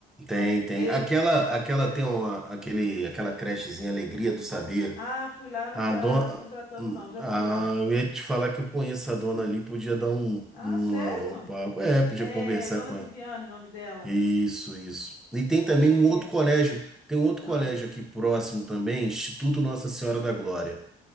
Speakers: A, on the left; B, in the centre.
A: Jardim
B: Tem,
A: três
B: tem. Aquela, aquela tem uma, aquele, aquela crechezinha Alegria do Saber.
A: Ah, fui lá, não
B: A
A: tá
B: dona,
A: contratando, não. Já
B: a,
A: fui lá.
B: eu ia te falar que eu conheço a dona ali, podia dar um,
A: Ah,
B: uma-
A: sério?
B: um papo. É, podia
A: É,
B: conversar
A: Dona
B: com
A: Viviane,
B: ela.
A: o nome dela.
B: Isso, isso. E tem
A: Poxa,
B: também um
A: amigo.
B: outro colégio, tem um outro
A: Ah,
B: colégio aqui próximo também, Instituto Nossa Senhora da Glória.